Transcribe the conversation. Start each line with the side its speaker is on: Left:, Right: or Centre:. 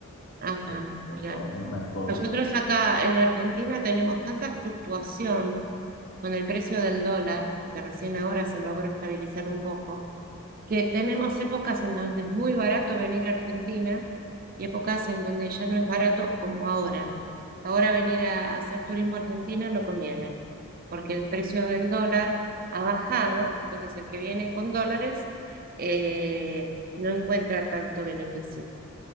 Right: Ajá,
Left: Sí, sí,
Right: mira,
Left: es co- es un poco
Right: nosotros
Left: costoso.
Right: acá en Argentina tenemos tanta fluctuación con el precio del dólar, que recién ahora se logró estabilizar un poco, que tenemos épocas en donde es muy barato venir a Argentina y épocas en donde ya no es barato como ahora. Ahora venir a, a hacer turismo a Argentina no conviene, porque el precio del dólar ha bajado, entonces el que viene con dólares eh, no encuentra tanto beneficio.